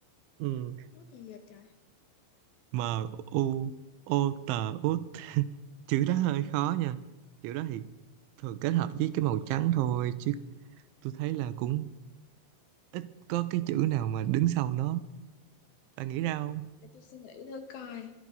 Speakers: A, on the right; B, on the left.
A: ừ.
B: Mút gì vậy trời
A: m u o t út chữ đó hơi khó nha chữ đó thì thường kết hợp với cái màu trắng thôi chứ tôi thấy là cũng ít có cái chữ nào mà đứng sau nó bạn nghĩ ra không
B: Để tôi suy nghĩ thử coi